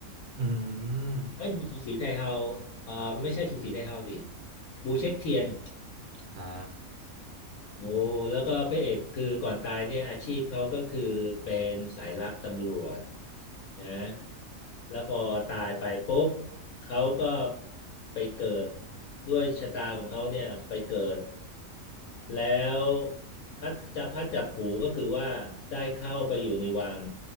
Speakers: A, on the right; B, on the left.
A: อืม
B: เอ้ยสูสีไทเฮาเอ่อไม่ใช่สูสีไทเฮาดิบูเช็คเทียน
A: อ่า
B: โอ้แล้วก็พระเอกคือก่อนตายเนี่ยอาชีพเขาก็คือเป็นสายลับตำรวจนะแล้วพอตายไปปุ๊บเขาก็ไปเกิดด้วยชะตาของเขาเนี่ยไปเกิดแล้วพัดจับพัดจับผูก็คือว่าได้เข้าไปอยู่ในวัง